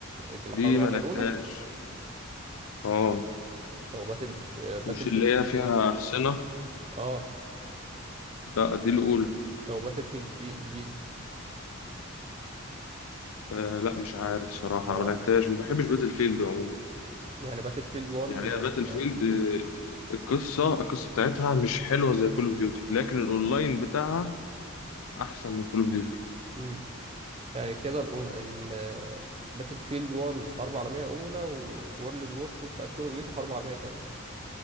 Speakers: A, on the right; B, on the left.
A: دي
B: دي
A: الحرب العالميه
B: ما لعبتهاش
A: الاولى
B: اه
A: او باتل ف... باتل
B: مش
A: فيلد
B: اللي هي
A: في
B: فيها احصنه
A: اه
B: لا دي الاولى
A: او باتل فيلد في في
B: آه لا مش عارف صراحة
A: تعرف
B: أنا ما لعبتهاش ما بحبش باتل فيلد عموما
A: يعني باتل فيلد 1
B: يعني
A: ال...
B: هي باتل فيلد آه، القصة القصة بتاعتها مش حلوة زي كول اوف ديوتي لكن الأونلاين بتاعها أحسن من كول اوف ديوتي
A: مم. يعني كده ال... ال... باتل فيلد 1 حرب عالميه اولى وورلد وور 2 بتاعت كول اوف ديوتي حرب عالميه ثانيه